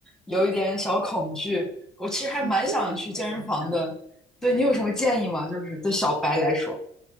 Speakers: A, in the centre; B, on the right (about 50°).
A: 有一点小恐惧。我其实还蛮想去健身房的，
B: 啊，这个其实很容易啊，
A: 对你有什么建议吗？就是对小白来说，